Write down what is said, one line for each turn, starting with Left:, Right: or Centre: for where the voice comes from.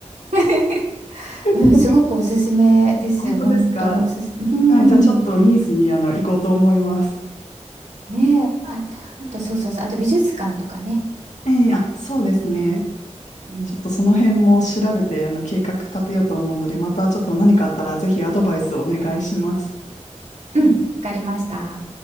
Right: <laughs>
Left: <laughs>
Right: うん、すごくおすすめです。
Left: 本当ですか
Right: 本当におすす、うん。
Left: はい、じゃあちょっとニースにあの行こうと思います。
Right: ねえ、あ、あと、そうそうそう。あと美術館とかね。
Left: ええあ、そうですね。
Right: うん。うん。
Left: ちょっとその辺も調べてあの計画立てようと思うので、またちょっと何かあったらぜひアドバイスをお願いします。
Right: うん。わかりました。